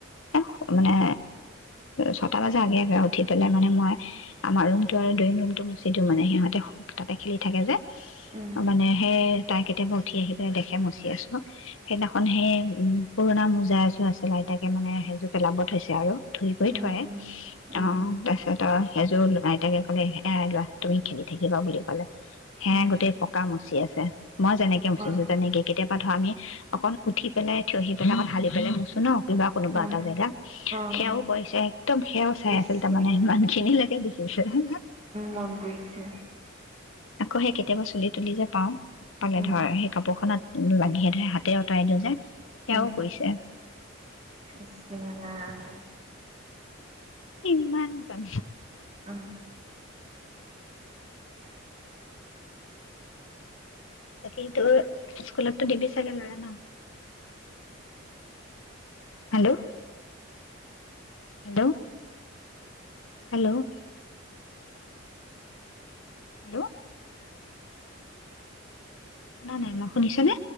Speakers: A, on the left; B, on the right.
A: এ মানে ছটা বজা আগেে উঠি পেলাই মানে মই আমাৰ ৰুমটো আৰু ড্ৰয়িং ৰুমটো মুচি দিও মানে সিহঁতে তাতে খেলি থাকে যে
B: উম উম
A: মানে সেই তাই কেতিয়াবা উঠি আহি পেলাই দেখে মচি আছো সেইদিনাখন সেই উম পুৰণা মোজা এযোৰ আছে আইতাকে মানে সেইযোৰ পেলাব থৈছে আৰু ধুই কৰি
B: উম
A: থোৱ
B: উম উম
A: অঁ তাৰ পিছত সেইযোৰ আইতাকে কলে এ লোৱা তুমি খেলি থাকিবা বুলি ক'লে সেয়
B: উম উম
A: গোটেই ক মচি আছে মই যেনেকে মুচিছো
B: অ
A: তেনেকৈ কেতিয়াবা ধৰ আমি অকণ উঠি পেলাই থিয় আহি পেলাই অক হালি পেলাই মুছো ন কিবা কোনোবা
B: অ',
A: এটা জেগা
B: অ',
A: সেয়াও
B: অ',
A: কৰিছে একদম সেয়াও চাই
B: ইছ
A: আছিল তাৰমানে
B: ৰাম
A: ইমান খিনি লাগে দেখিছো হ
B: মন কৰিছে
A: আকৌ সে কেতিয়াবা চলিত তুলি যে পাওঁ পালে
B: উম,
A: ধৰ সেই কাপোৰখনত লাগিহে ধৰে হাতে আঁতৰাই দিওঁ যে সেয়াও
B: উম,
A: কৰিছে
B: ইছ ৰাম
A: ইমান জ
B: উম।
A: বাকীতো স্কুলতো দিবি চাগে লৰা ন হেল্ল' হেল্ল' হেল্ল' হেল্ল' শুনা নাই ম শুনিছনে